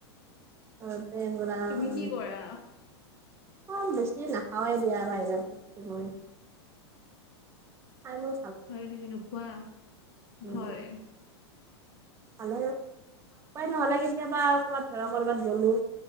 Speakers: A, on the right; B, on the left.
A: ঘৰতে বনাম।
B: তুমি কি কৰা
A: অ'! বেছি নাখাওঁয়ে দিয়া, বাহিৰা বস্তু মই। আৰু
B: হয় নেকি! নোখোৱা?
A: উম
B: হয়।
A: <unintelligible> নহ'লে কেতিয়াবা, ক'ৰবাত ধৰা, কৰ'বাত গ'লোঁ।